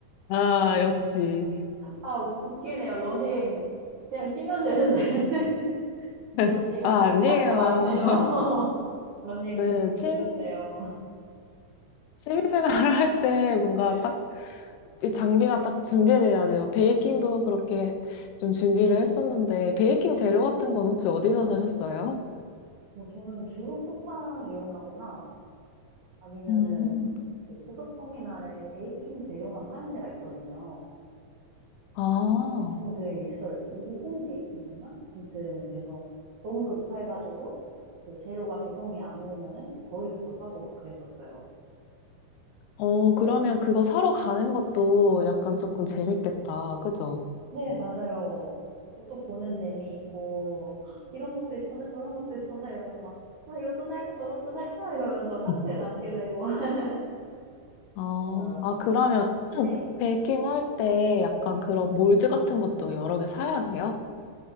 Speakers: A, on the left; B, on the right.
A: 아, 역시.
B: 아, 웃- 웃기네요. 러닝 그냥 뛰면 되는데 <laughs>
A: <laughs>
B: 러닝
A: 아, 아니에요.
B: 할 게 많네요. <laughs>
A: <laughs>
B: 러닝
A: 네,
B: 고급이면
A: 취미,
B: 돼요.
A: 취미 생활 할 때 뭔가
B: 네.
A: 딱 이 장비가 딱 준비돼야 돼요. 베이킹도 그렇게 좀 준비를 했었는데, 베이킹 재료 같은 건 혹시 어디서 사셨어요?
B: 뭐 저는 주로 쿠팡 이용하거나 아니면은
A: 음,
B: 그 고속 터미널에 베이킹 재료만 파는 데가 있거든요.
A: 아,
B: 어, 네, 있어요. 이홈 베이킹이었나? 아무튼, 그래서 너무 급해가지고, 이제 재료가 배송이 안 오면은 거기 가서 사고 막 그랬었어요.
A: 어, 그러면 그거 사러 가는 것도 약간
B: 네.
A: 조금 재밌겠다. 그죠?
B: 네, 맞아요. 뭐또 보는 재미 있고, "헉, 이런 것도 있었네, 저런 것도 있었네, 이러면서 막, 아, 이것도 살까, 저것도 살까, 이러면서 카트에
A: <laughs>
B: 담게 되고 <laughs>
A: 어,
B: 그러더라고요.
A: 아, 그러면 <clears throat>
B: 네.
A: 베이킹 할 때 약간 그런 몰드 같은 것도 여러 개 사야 돼요?